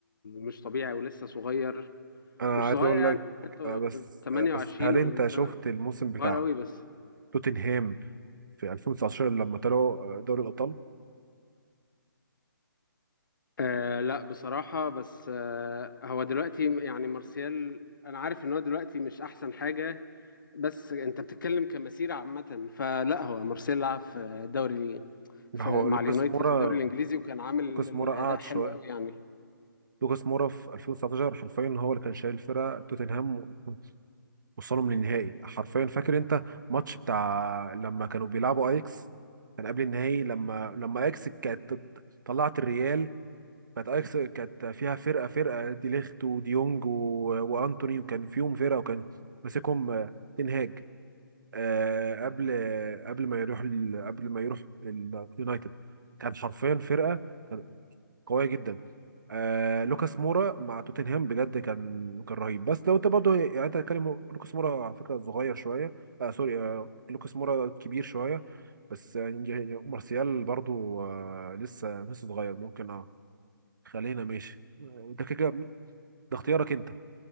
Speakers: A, on the left; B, on the right.
A: مش طبيعي ولسه صغير
B: أنا
A: مش
B: عايز
A: صغير
B: أقول
A: يعني
B: لك
A: عنده
B: آه، بس
A: 28
B: آه، بس هل أنت
A: سنة،
B: شفت الموسم بتاع
A: صغير قوي بس
B: توتنهام في 2019 لما طلعوا آه، دوري الأبطال؟
A: آه لا بصراحة بس آه هو دلوقتي يعني مارسيال أنا عارف إن هو دلوقتي مش أحسن حاجة بس انت بتتكلم كمسيره عامه فلا هو مارسيل لعب في دوري في
B: هو
A: مع
B: لوكاس
A: اليونايتد
B: مورا
A: في الدوري الانجليزي وكان عامل
B: لوكاس
A: الاداء
B: مورا قعد
A: حلو
B: شوية
A: قوي يعني
B: لوكاس مورا في 2019 حرفيا هو اللي كان شايل الفرقه توتنهام وصلهم للنهائي حرفيا فاكر انت ماتش بتاع لما كانوا بيلعبوا اياكس كان قبل النهائي لما لما اياكس كانت طلعت الريال كانت اياكس كانت فيها فرقه فرقه دي ليخت وديونج و... وانتوني وكان فيهم فرقه وكان ماسكهم آه، تنهاج آه، قبل قبل ما يروح ال... قبل ما يروح اليونايتد كان حرفيا فرقه قويه جدا آه لوكاس مورا مع توتنهام بجد كان كان رهيب بس لو انت برضه يعني انت هتتكلم لوكاس مورا على فكره صغير شويه آه سوري آه لوكاس مورا كبير شويه بس يعني يعني مارسيال برضه آه لسه لسه صغير ممكن اه خلينا ماشي آه، ده كده كده- ده اختيارك انت